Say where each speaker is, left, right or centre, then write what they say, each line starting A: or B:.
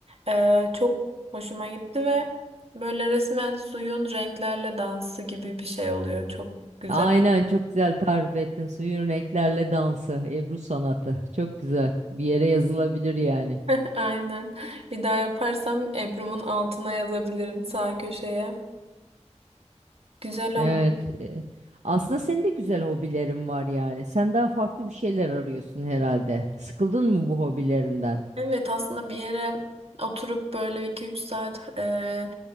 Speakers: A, on the right; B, on the right.
A: Ee, çok hoşuma gitti ve böyle resmen suyun renklerle dansı gibi bir şey oluyor. Çok güzel.
B: Aynen çok güzel tarif ettin. Suyun renklerle dansı, Ebru sanatı. Çok güzel. Bir yere yazılabilir yani.
A: <laughs> Aynen. Bir daha yaparsam Ebru'mun altına yazabilirim sağ köşeye. Güzel
B: Evet.
A: olmuş.
B: e, Aslında senin de güzel hobilerin var yani. Sen daha farklı bir şeyler arıyorsun herhalde. Sıkıldın mı bu hobilerinden?
A: Evet aslında bir yere oturup böyle iki üç saat e,